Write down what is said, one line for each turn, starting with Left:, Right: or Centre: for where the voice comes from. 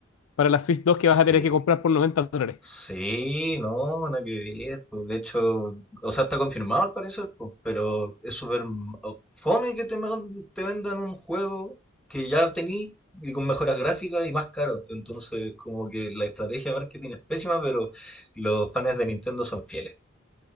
Left: para la Switch dos que vas a tener
Centre: sí.
Left: que comprar por 90 dólares.
Centre: Sí, no, nada que ver, pues, de hecho, o sea, está confirmado al parecer, pues, pero es súper m- o- fome que te, man- te vendan un juego que ya tení y con mejoras gráficas y más caro. Entonces, como que la estrategia de marketing es pésima, pero los fans de Nintendo son fieles.